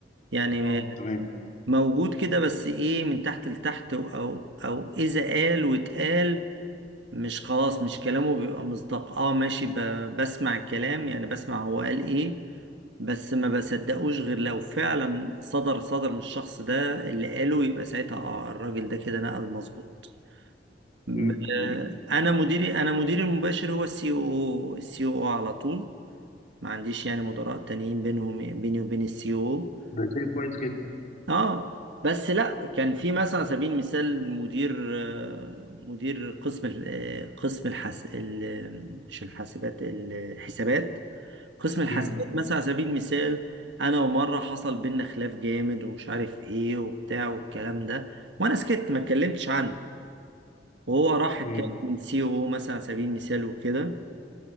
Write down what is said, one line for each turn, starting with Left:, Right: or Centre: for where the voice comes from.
Right: يعني
Left: اه تمام
Right: موجود كده بس ايه من تحت لتحت او او اذا قال واتقال مش خلاص مش كلامه بيبقى مصداق اه ماشي ب... بسمع الكلام يعني بسمع هو قال ايه بس ما بصدقوش غير لو فعلا صدر صدر من الشخص ده اللي قاله يبقى ساعتها اه الراجل ده كده نقل مظبوط م-
Left: امم امم
Right: آه، انا مديري انا مديري المباشر هو السي او السي او على طول ما عنديش يعني مدراء تانيين بينهم بيني وبين السي او
Left: ده شيء كويس جدا
Right: اه بس لا كان في مثلا على سبيل المثال مدير آه، مدير قسم ال- آه، قسم الحس ال- مش الحاسبات الحسابات قسم الحاسبات
Left: امم
Right: مثلا على سبيل المثال انا ومره حصل بينا خلاف جامد ومش عارف ايه وبتاع والكلام ده وانا سكت ما اتكلمتش عنه وهو راح اتكلم
Left: امم
Right: من سي او مثلا على سبيل المثال وكده